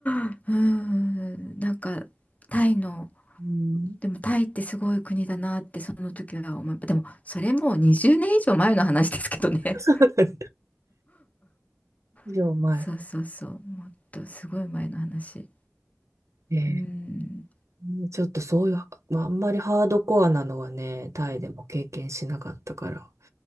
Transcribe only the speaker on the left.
うーん、なんかタイの、
でもタイってすごい国だなってその時は思い、でもそれもう20年以上前の話ですけどね。
<laughs> そうそうそう、もっとすごい前の話。
うん、